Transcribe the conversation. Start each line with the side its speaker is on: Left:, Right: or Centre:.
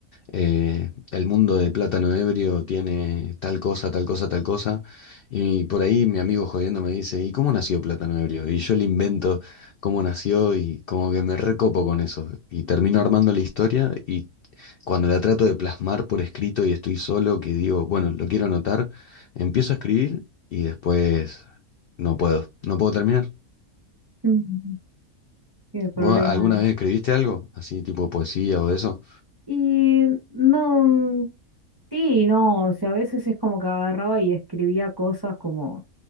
Left: eh, el mundo de plátano ebrio tiene tal cosa, tal cosa, tal cosa. Y por ahí mi amigo jodiendo me dice, ¿y cómo nació plátano ebrio? Y yo le invento cómo nació y como que me recopo con eso. Y termino armando la historia y cuando la trato de plasmar por escrito y estoy solo, que digo, bueno, lo quiero anotar, empiezo a escribir y después no puedo, no puedo terminar.
Right: Mm, Qué problema
Left: ¿Vos alguna
Right: es.
Left: vez escribiste algo así tipo poesía o eso?
Right: Y no, mm, sí, no, o sea, a veces es como que agarraba y escribía cosas como